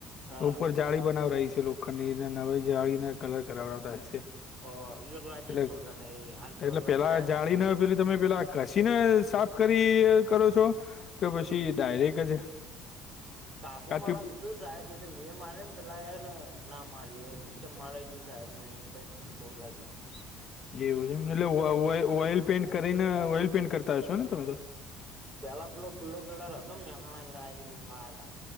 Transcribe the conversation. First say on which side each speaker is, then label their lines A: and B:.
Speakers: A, on the right; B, on the left.
A: હા
B: ઉપર જાળી બનાવરાઈ છે લોખંડની એ નવી જાળીને કલર કરાવતા હશે.
A: અ એક વાગે
B: એટલે,
A: સોલતા ને હાલ દોઢ
B: એટલે
A: વાગે
B: પેલા
A: આયા
B: જાળીને
A: તા
B: પેલી તમે પેલા કસીને સાફ એ કરી કરો છો કે, પછી ડાયરેક જ
A: કાબુ
B: કાપી
A: મા રાખ દુ સાએબે જે મેં માર્યું પેલા એન ના માર્યું એ કે મારાય ગયું સાએબ નય. તય બોલાઈ દીધા.
B: એવું છે એમ એટલે વો વોઇ ઓઇલ પેઇન્ટ કરીને ઓઇલ પેઈન્ટ કરતા હશો ને તમે તો?
A: પેલા પેલો પીળો કલર હતો, મેહણા લઈ લાયા તા.